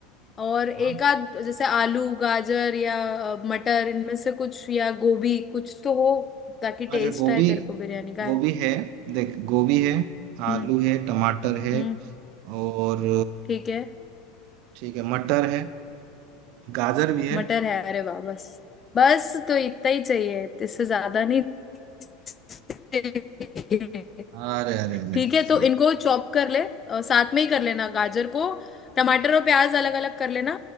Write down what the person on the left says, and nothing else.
और एक
आध जैसे आलू गाजर या अ, मटर इनमें से कुछ या गोभी कुछ तो हो ताकि टेस्ट
आए तेरे को बिरयानी का
है
हम्म
हम्म
ठीक है
मटर है अरे वाह बस बस तो इतना ही चाहिए इससे ज्यादा नहीं
ठीक
है तो इनको चॉप कर ले अ, साथ में ही कर लेना गाजर को टमाटर और प्याज अलग अलग कर लेना